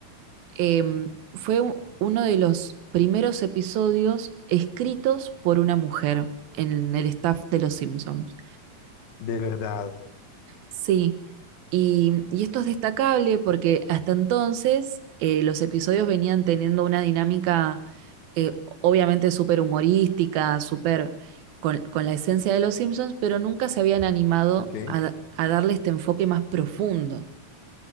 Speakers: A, on the right; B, on the left.
A: Em, fue un- uno de los primeros episodios escritos por una mujer en el staff de Los Simpsons.
B: de verdad,
A: Sí, y, y esto es destacable porque hasta entonces eh, los episodios venían teniendo una dinámica eh, obviamente súper humorística, súper con, con la esencia de los Simpsons, pero nunca se habían animado
B: ok,
A: a, a darle este enfoque más profundo.